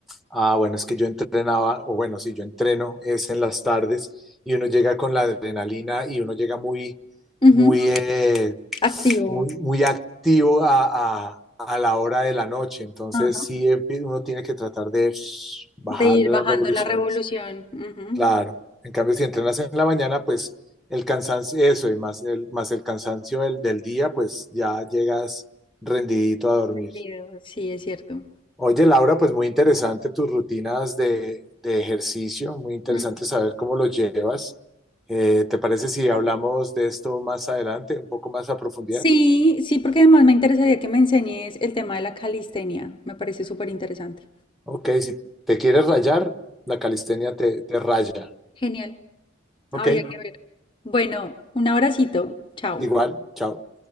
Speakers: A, in the centre; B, on the left.
A: Ah, bueno, es que yo entrenaba, o bueno, sí, yo entreno, es en las tardes y uno llega con la adrenalina y uno llega muy,
B: Ujú,
A: muy, eh,
B: Activo.
A: muy, muy activo a, a- a la hora de la noche. Entonces,
B: Ajá.
A: sí, empi- uno tiene que tratar de shh, bajarle
B: De ir bajando
A: las revoluciones.
B: la revolución. ujú,
A: Claro. En cambio, si entrenas en la mañana, pues el cansancio, eso, y más el, más el cansancio del, del día, pues ya llegas rendidito a dormir.
B: del video, Sí, es cierto.
A: Oye, Laura, pues muy interesante tus rutinas de, de ejercicio, muy interesante
B: Ujú.
A: saber cómo los llevas. Eh, ¿te parece si hablamos de esto más adelante, un poco más a profundidad?
B: Sí, sí, porque además me interesaría que me enseñes el tema de la calistenia. Me parece súper interesante.
A: Ok, si te quieres rayar, la calistenia te, te raya.
B: Genial.
A: Ok,
B: Habría que ver. Bueno, un abracito. Chao.
A: igual, chao.